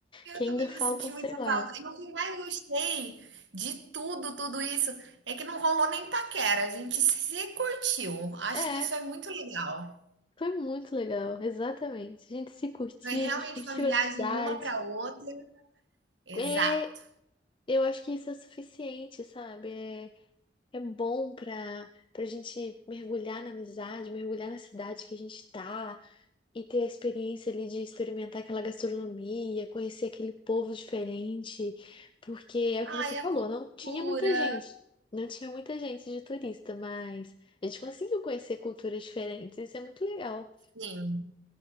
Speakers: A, on the right; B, on the left.
A: Eu
B: Que
A: também
B: ainda faltam,
A: vou sentir
B: sei
A: muita
B: lá.
A: falta. E o que mais gostei de tudo, tudo isso, é que não rolou nem paquera. A gente se curtiu. Acho
B: É,
A: que isso é muito legal.
B: foi muito legal, exatamente. A gente se curtiu,
A: Foi realmente
B: a gente curtiu
A: uma viagem
B: a cidade.
A: uma para outra. Exato.
B: É, eu acho que isso é suficiente, sabe? É, é bom pra, pra gente mergulhar na amizade, mergulhar na cidade que a gente tá. E ter a experiência ali de experimentar aquela gastronomia, conhecer aquele povo diferente, porque é o que você
A: Ai,
B: falou,
A: a cultura.
B: não tinha muita gente, não tinha muita gente de turista, mas a gente conseguiu conhecer culturas diferentes, isso é muito legal.
A: Sim.